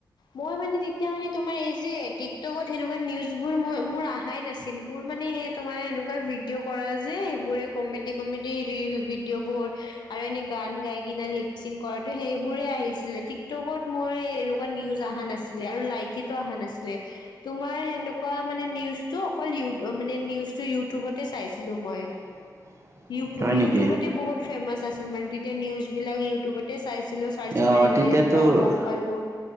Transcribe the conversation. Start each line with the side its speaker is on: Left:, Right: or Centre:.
Left: মই মানে তেতিয়া মানে তোমাৰ এই যে টিকটকত সেনেকোৱা নিউজবোৰ মই মোৰ অহাই নাছিল মোৰ মানে সেই তোমাৰ এনেকোৱা ভিডিঅ' কৰা যে সেইবোৰে কমেডি কমেডি হেৰি ভিডিঅ' বোৰ আৰু এনে গান গাই কিনা লিপচিং কৰাটো সেইবোৰে আহি ছিলে টিকটকত মই এনেকোৱা নিউজ অহা নাছিলে আৰু লাইকিতো অহা নাছিলে তোমাৰ সেনেকোৱা মানে নিউজটো অকল মানে নিউজটো ইউটিউবতে চাইছিলো মই
Right: হয়
Left: ইউ ইউতিবতে
Right: নেকি
Left: বহুত ফেমাচ আছিল মানে তেতিয়া নিউজ বিলাক ইউতিবতে চাইছিলো চা
Right: অ
Left: মাৰি মাৰি
Right: তেতিয়াতো
Left: এনেকা গম পালো